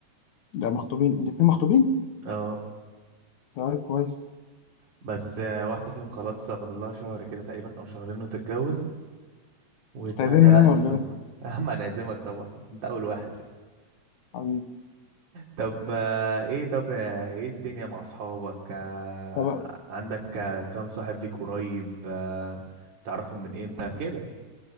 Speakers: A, on the left; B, on the right.
A: ده مخطوبين الاتنين مخطوبين
B: اه
A: طيب كويس
B: بس آه، واحدة فيهم خلاص فاضل لها شهر كده تقريبا أو شهرين وتتجوز والتانية
A: تعزمني
B: لأ
A: يعني
B: لسه
A: ولا
B: مخطوبة
A: ايه
B: <laughs> يا عم أنا أعزمك طبعا أنت أول واحد
A: حبيبي
B: طب آه، إيه طب آه، إيه الدنيا مع أصحابك آه،
A: طب
B: عندك آه، كام صاحب ليك قريب آه، تعرفهم من إمتى كده